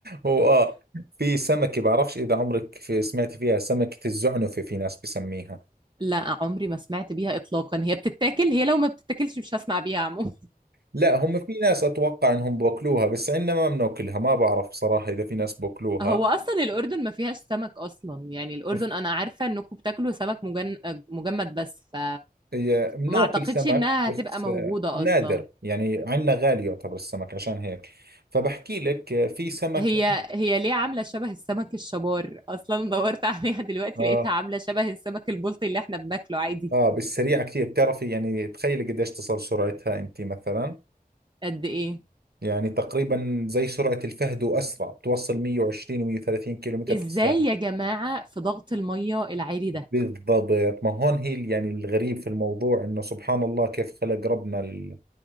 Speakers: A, on the right; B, on the right.
A: هو اه في سمكة بعرفش إذا عمرك في سمعت فيها سمكة الزعنفة في ناس بسميها
B: لا عمري ما سمعت بيها إطلاقا هي بتتاكل هي لو ما بتتاكلش مش هسمع بيها عموما
A: لا هم في ناس أتوقع إنهم بأكلوها بس عندنا ما بناكلها ما بعرف بصراحة إذا في ناس بأكلوها
B: <laughs> هو أصلا الأردن ما فيهاش سمك أصلا يعني الأردن
A: ف-
B: أنا عارفة إنكم بتاكلوا سمك مجن... مجمد بس ف...
A: هي- بناكل
B: فما أعتقدش
A: سمك
B: إنها
A: بس
B: هتبقى موجودة
A: آه، نادر
B: أصلا
A: يعني عندنا غالي يعتبر السمك عشان هيك فبحكي لك آه، في سمكة
B: هي هي ليه عاملة شبه السمك الشبار أصلا دورت <laughs> عليها دلوقتي
A: آه
B: لقيتها عاملة شبه السمك البلطي اللي إحنا بناكله عادي
A: آه بالسريعة كثير بتعرفي يعني تخيلي قديش تصل سرعتها أنت مثلا
B: قد إيه
A: يعني تقريبا زي سرعة الفهد وأسرع بتوصل 120 و130 كيلو متر
B: إزاي
A: في الساعة
B: يا جماعة في ضغط المية العالي ده
A: بالضبط ما هون هي ال- يعني الغريب في الموضوع انه سبحان الله كيف خلق ربنا ال...